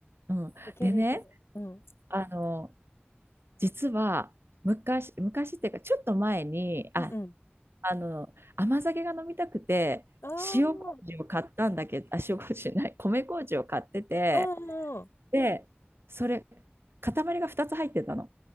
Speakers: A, on the right; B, on the left.
A: うん。
B: いけるいける。
A: でね、
B: うん。
A: あの、実は、昔、昔っていうか、ちょっと前に、あ、
B: うんうん。
A: あの、甘酒が飲みたくて、
B: あ
A: 塩麹を買ったんだけど、あ、塩麹じゃない、米麹を買ってて、
B: あ、うんうん。
A: で、それ、塊が2つ入ってたの。